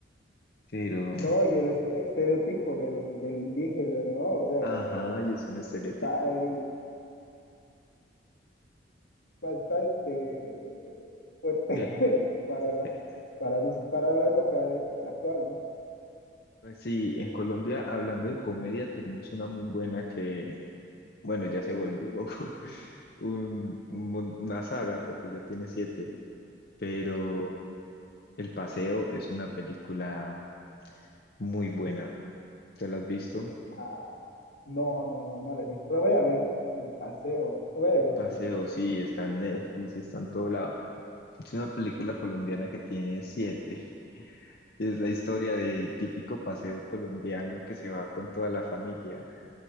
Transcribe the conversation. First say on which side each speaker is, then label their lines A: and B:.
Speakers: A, on the left; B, on the left.
A: Pero,
B: No, y el este- estereotipo del, del indígena, ¿no? O sea,
A: ajá,
B: que
A: y es un estereotipo.
B: está ahí bastante fuerte
A: Eh,
B: <laughs> para la,
A: eh,
B: para nos, para la época eh, actual, ¿no?
A: Pues sí, en Colombia, hablando de comedia, tenemos una muy buena que, bueno, ya se volvió <laughs> un- un mon- una saga porque ya tiene siete, pero El Paseo es una película muy buena. ¿Te la has visto?
B: Ah, no, no, no, no la he visto. La voy a ver, el paseo. La voy a
A: El
B: ver
A: Paseo,
B: con mi esposa,
A: sí,
B: yo creo.
A: está en Netflix, está en todo lado. Es una película colombiana que tiene siete. <laughs> Es la historia del típico paseo colombiano que se va con toda la familia